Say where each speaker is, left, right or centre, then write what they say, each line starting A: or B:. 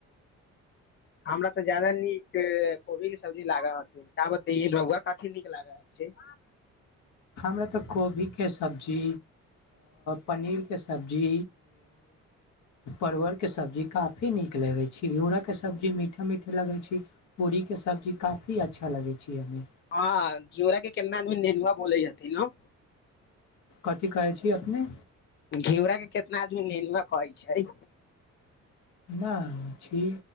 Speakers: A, on the left (about 40°); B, on the left (about 70°).
A: हमरा तऽ जादा नीक कोबी के सब्जी लाग हथिब त रहुुआ कथी नीक लाग ह छै
B: हमरा तऽ कोभी भी कैस सब्जी पनीरके सब्जी परवलके सब्जी काफी नीक लगै छै घिउरा के सब्जी मीठा मीठा लगै छै पूरी के सब्जी काफी अच्छा लगै छै हमे
A: हँ घिउरा के केना आदमी नेहनुवा बोलै जाथि न
B: कथी कहै छी अपने
A: घिउराके कितना आदमी नेनुआ कहै छै
B: न छी